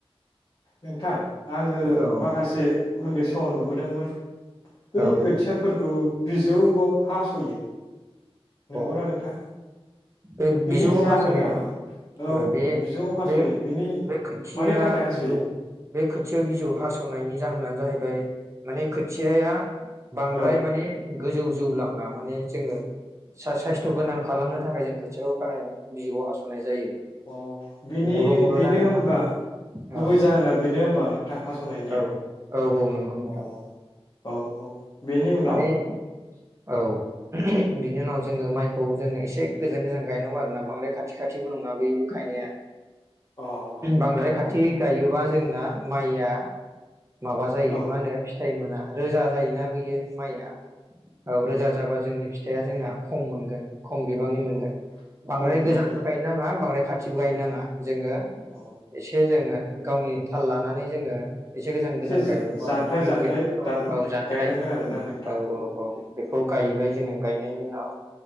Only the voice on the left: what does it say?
नोंथां आङो
माखासे उन्दै समाव नुबोदोंमोन बै
खोथियाफोरखौ। बिजौआव हासयो।
नंगौना नोंथां
बिनि
जाहोना
मा औ
बिजौआव हास'यो
बिनि
मानि थाखाय हास'यो
औ
अ बिनि
बेनो
होनबा
गुबै
जाहोना बेनो होनबा नोंथां हासनायनिया
अ। औ औ। बेनि उनाव
अ
औ
औ
औ
औ
खम बिबांनि
अ
जा-जानथाय
जानथाय
दान
गायनांगोन आरोना नोंथां